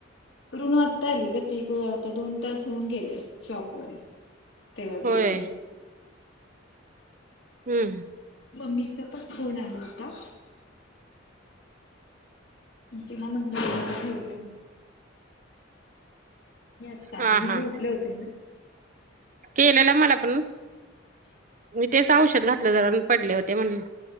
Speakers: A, on the left; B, on the right.
A: ऋणु आत्ता आली ग ती ग आता दोन तास होऊन गेले शॉपवर आहे. तेव्हा
B: होय
A: गेलेली.
B: हम्म.
A: मम्मीचा पण फोन आला होता. तिला म्हटलं <unintelligible> ताली
B: हा
A: हे झोपले
B: हा
A: होते ना.
B: केलेला मला पण मी तेच औषध घातलं जरा पडले होते म्हणून.